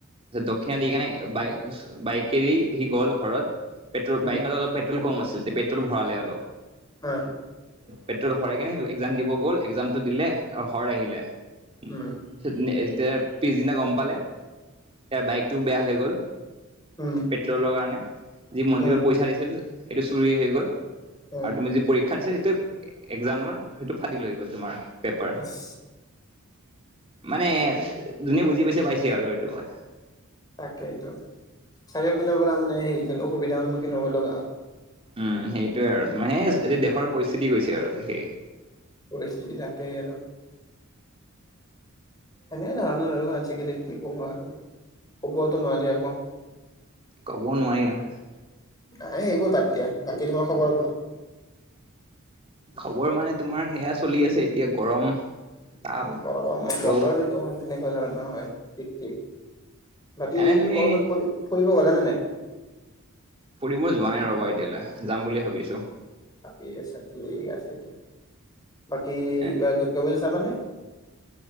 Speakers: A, on the right (about 25°); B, on the left (about 15°).
A: দক্ষিণা দি কেনে বাই বাইকেদি সি গ'ল ঘৰত। পেট্ৰ'ল
B: উম
A: বাইকত অলপ পেট্ৰ'ল কম আছিল ত পেট্ৰ'ল ভৰালে অলপ।
B: হা,
A: পেট্ৰ'ল ভৰাই কেনে একজাম দিব গ'ল একজামটো দিলে ঘৰ আহিলে। <unintelligible>
B: উম
A: পিছদিনা গম পালে তাৰ বাইকটোও বেয়া হৈ গ'ল।
B: উম,
A: পেট্ৰলৰ কাৰণে, যি মন্দিৰত
B: উম
A: পইচা দিছিল সেইটো চুৰি হৈ গ'ল।
B: উম
A: আৰু তুমি যি পৰীক্ষা দিছা সেইটোৱে একজামৰ সেইটো ফাদিল হৈ গ'ল তোমাৰ। পেপাৰ।
B: ইছ।
A: মানে যোনে বুজি পাইছে পাইছে আৰু এইটো কথা।
B: তাকেই এইটো চাৰিও পিনৰ পৰা মানে হেৰি গ'ল অসুবিধাৰ সন্মুখীন হ'ব লগা হ'ল।
A: উম সেইটোয়ে আৰু তোমাৰ সেই দেশৰ পৰিস্থিতি গৈছে আৰু সেই।
B: পৰিস্থিতি তাকেই আৰু সেনে ধৰণৰ আৰু আজিকালি কি ক'বা আৰু কব‌ও টো নোৱাৰি আকৌ।
A: ক'ব নোৱাৰি নহয়।
B: নাই সেইবোৰ বাদ দিয়া বাকী তোমাৰ খবৰ কোৱা।
A: খবৰ মানে তোমাৰ সেয়া চলি আছে এতিয়া গৰম। তাপ
B: গৰম বতৰটো
A: ৰ'দ
B: <unintelligible> তেনেকুৱা নহয় ঠিক ঠিক। বাকি
A: এনে তুমি
B: কৰবাত ফ ফুৰিব গলা নে নাই।
A: ফুৰিব যোৱা নাই ৰ'বা এতিয়ালৈ যাম বুলি ভাবিছোঁ।
B: ভাবি আছা ঠিক আছে এতিয়া বাকি
A: এ
B: <unintelligible> যাবানে?